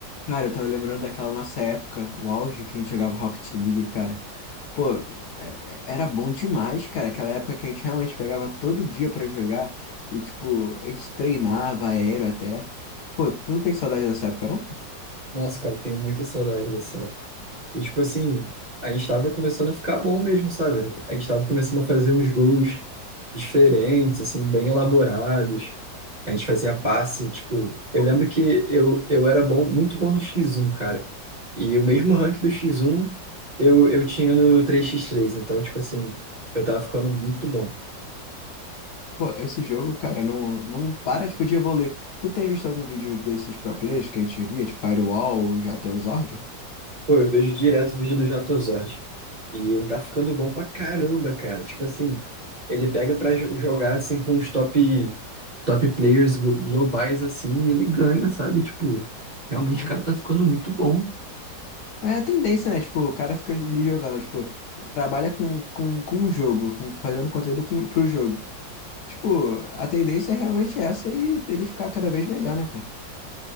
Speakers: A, on the left; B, on the right.
A: Cara, eu tava lembrando daquela nossa época, o auge que a gente jogava Rocket League, cara. Pô, é- é- era bom demais, cara. Aquela época que a gente realmente pegava todo dia pra jogar e, tipo, a gente treinava aéreo até. Pô, tu não tem saudade dessa época, não?
B: Nossa, cara, tenho muita saudade dessa época. E, tipo assim, a gente tava começando a ficar bom mesmo, sabe? A gente tava começando a fazer uns gols diferentes, assim, bem elaborados. A gente fazia passe, tipo... Eu lembro que eu, eu era bom, muito bom no X1, cara. E o mesmo rank do X1 eu, eu tinha no três x três Então, tipo assim, eu tava ficando muito bom.
A: Pô, esse jogo, cara, não, não para, tipo, de evoluir. Tu tem visto algum vídeo desses pro players que a gente via, tipo Firewall, Jatozord?
B: Pô, eu vejo direto o vídeo do Jatozord. E ele tá ficando bom pra caramba, cara. Tipo assim, ele pega pra jo- jogar assim com os top, top players glo- globais assim e ele ganha, sabe? Tipo, realmente
A: Pô,
B: o cara tá ficando muito bom.
A: É a tendência, né? Tipo, o cara fica ali jogando, tipo, trabalha com, com, com um jogo, com, fazendo conteúdo com, pro jogo. Tipo, a tendência é realmente essa e dele ficar cada vez melhor, né, cara?